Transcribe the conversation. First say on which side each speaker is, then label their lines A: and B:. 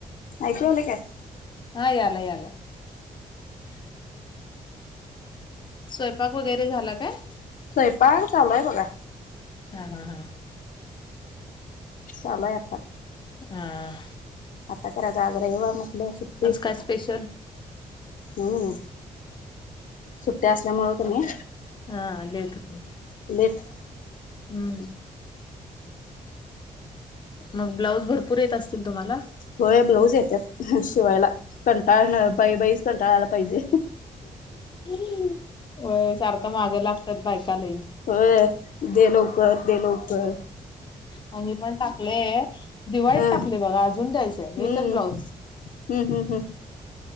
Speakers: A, on the left; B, on the left.
A: अयंकु येते कायं
B: हां यांल यांल स्वयंपाक वगैरें झालां कायं
A: स्वयंपाक झालां आहे बघां
B: हां हां हां
A: झालां आहे आतां
B: हां
A: आतां कायं रजा आज रविवार म्हटलं सुट्टी
B: आज काय स्पेशल
A: हम्मं सुट्ट्यां असल्यामुळं की नाहीं
B: हां आलेतं
A: लेथ
B: हम्मं मंग ब्लाऊज भरंपूर येतं असतीलं तुम्हांला
A: होय ब्लाऊज येतं शिवायंला कंटाळांआला बाई बाईचं कंटाळांआला पाहिजे
B: होय सारखं मागें लागतांत बायंका लंई
A: होय दे लवंकर दे लवकर
B: आणि पणं टांकलेय हे दिवाळीतन
A: हा
B: टाकलें बघां अजूंन द्यायचंय
A: हम्म
B: एकचं ब्लाऊज
A: हम्म हम्म हम्म